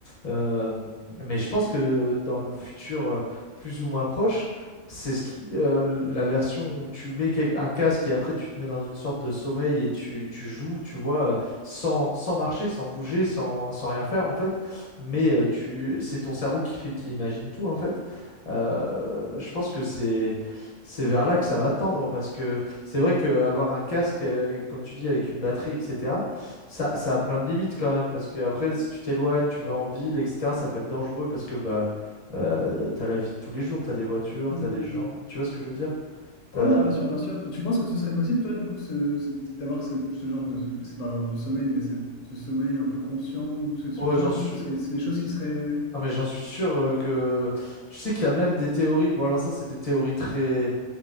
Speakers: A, on the left; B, on the left.
A: Euh, mais je pense que dans le futur euh, plus ou moins proche, c'est ce qui, euh, la version où tu mets quel- un casque et après tu te mets dans une sorte de sommeil et tu, tu joues, tu vois, euh, sans, sans marcher, sans bouger, sans, sans rien faire en fait mais euh, tu, c'est ton cerveau qui fait, qui imagine tout en fait. Euh, je pense que c'est, c'est vers là que ça va tendre parce que c'est vrai qu'avoir un casque, euh, comme tu dis, avec une batterie, etc., ça, ça a plein de limites quand même parce que après, si tu t'éloignes, tu vas en ville, etc., ça peut être dangereux parce que bah, euh, t'as la vie de tous les jours, t'as des voitures,
B: Mhm,
A: t'as des
B: mhm.
A: gens, tu vois ce que je veux dire? T'as...
B: Ouais, non, bien sûr, bien sûr. Tu penses que ce serait possible, toi, du coup, ce- ce- d'avoir ce, ce genre de... C'est pas vraiment du sommeil, mais ce, ce sommeil un peu conscient ou ces
A: Oh,
B: choses-là,
A: j'en
B: je pense
A: suis...
B: que ce serait- c'est des choses qui seraient...
A: Ah, mais j'en suis sûr euh, que... Tu sais qu'il y a même des théories, bon alors ça c'est des théories très